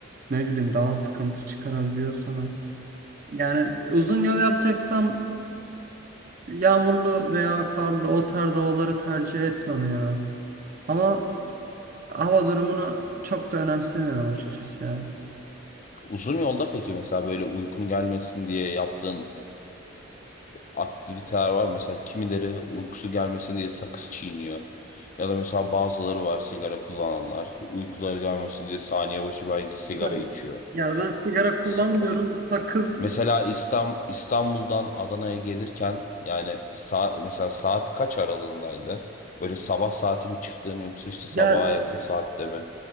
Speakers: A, on the right; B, on the left.
A: ne bileyim daha sıkıntı çıkarabiliyor sana. Yani uzun yol yapacaksam yağmurlu veya karlı o tarz havaları tercih etmem yani. Ama hava durumunu çok da önemsemiyorum açıkçası ya.
B: Uzun yolda peki mesela böyle uykun gelmesin diye yaptığın aktiviteler var. Mesela kimileri uykusu gelmesin diye sakız çiğniyor. Ya da mesela bazıları var sigara kullananlar. Uykuları gelmesin diye saniye başı belki sigara
A: Ben,
B: içiyor.
A: ya ben sigara kullanmıyorum.
B: S-
A: Sakız
B: Mesela İstam İstanbul'dan Adana'ya gelirken yani saat mesela saat kaç aralığındaydı? Böyle sabah saati mi çıktın yoksa işte sabaha
A: ya
B: yakın saatte mi?